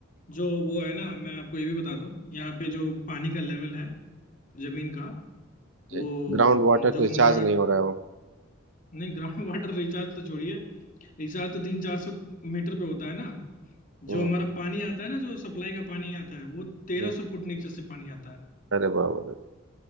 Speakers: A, on the left (about 40°); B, on the right (about 70°).
A: जो वो है ना मैं आपको ये भी बता दूं यहाँ पे जो पानी का लेवल है जमीन का वो
B: जी ग्राउंड वाटर
A: अम, जो
B: रिचार्ज
A: हमारा
B: नहीं हो रहा है वो
A: नहीं ग्राउंड वाटर रिचार्ज <laughs> तो छोड़िए रिचार्ज तो तीन चार सौ मीटर पे होता है ना
B: हम्म
A: जो हमारा पानी आता है ना जो सप्लाई का पानी आता है वो तेरह
B: हम्म,
A: सौ फुट नीचे से पानी आता है
B: अरे बाबा रे।